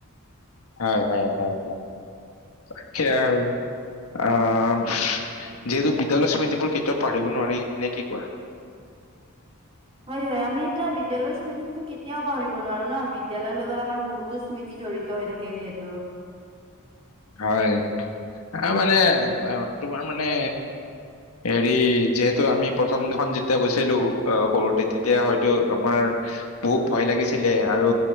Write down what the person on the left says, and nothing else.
হয় হয় হয় হয় তাকে আৰু। আহ যিহেতু বিদ্যালয়ৰ স্মৃতিবোৰ কেতিয়াও পাহৰিব নোৱাৰি, নে কি কোৱা?
হয়, আহ' মানে অ তোমাৰ মানে হেৰি, যিহেতু আমি প্ৰথমদিনাখন যেতিয়া গৈছিলোঁ সৰুতে, তেতিয়া হয়তো আমাৰ বহুত ভয় লাগিছিলে, আৰু